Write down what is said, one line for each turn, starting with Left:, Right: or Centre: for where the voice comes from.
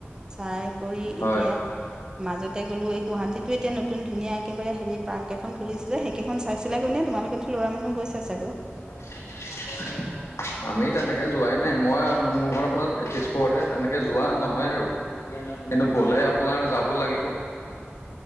Right: চাই কৰি
Left: হয়
Right: এতিয়া মাজতে গ'লো এই গুৱাহাটীতো এতিয়া নতুন ধুনীয়া একেবাৰে হেৰি পাৰ্ক এখন খুলিছিলে সেইকেইখন চা- চাইছিলাগৈ নে তোমালোকেতো ল'ৰা মানুহ গৈছা ছাগৈ
Left: <unintelligible> আমি তেনেকে যোৱাই নাই মই মোৰ ঘৰ আপোনাৰ তেজপুৰতহে তেনেকে যোৱা নহয় আৰু। কিন্তু গ'লে আপোনাৰ যাব লাগিব।